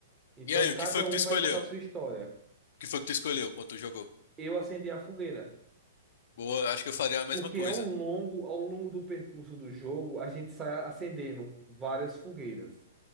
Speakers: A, on the right (about 20°); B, on the left (about 65°).
A: Então
B: E aí,
A: cada
B: o que foi que
A: um
B: tu escolheu?
A: vai contar a
B: O
A: sua história.
B: que foi que tu escolheu quando tu jogou?
A: Eu acendi a fogueira.
B: Boa, acho que eu faria a mesma
A: Porque
B: coisa.
A: ao longo, ao longo do percurso do jogo, a gente sai acendendo várias fogueiras.